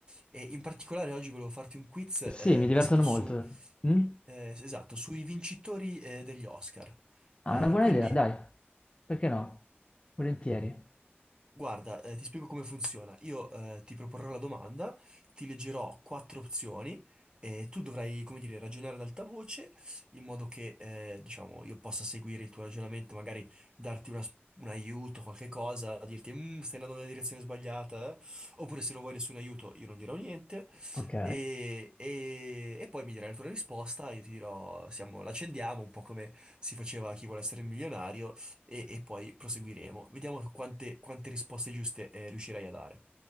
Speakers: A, on the right (about 20°); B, on the left (about 25°).
A: e in particolare oggi volevo farti un quiz
B: sì,
A: eh,
B: mi divertono
A: basato su,
B: molto. Mm?
A: eh, esatto, sui vincitori eh, degli Oscar.
B: Ah,
A: Eh,
B: è una buona
A: quindi
B: idea, dai, perché no? Volentieri.
A: Guarda, eh, ti spiego come funziona. Io eh, ti proporrò la domanda, ti leggerò quattro opzioni e tu dovrai, come dire, ragionare ad alta voce in modo che, eh, diciamo, io possa seguire il tuo ragionamento, magari darti una s- un aiuto, qualche cosa, dirti, "Mm, stai andando nella direzione sbagliata, eh?" Oppure se non vuoi nessun aiuto io non dirò niente
B: Ok,
A: e, e- e poi mi dirai la tua risposta, io ti dirò, siamo, l'accendiamo, un po' come si faceva a chi vuole essere milionario e, e poi proseguiremo. Vediamo quante, quante risposte giuste eh, riuscirai a dare.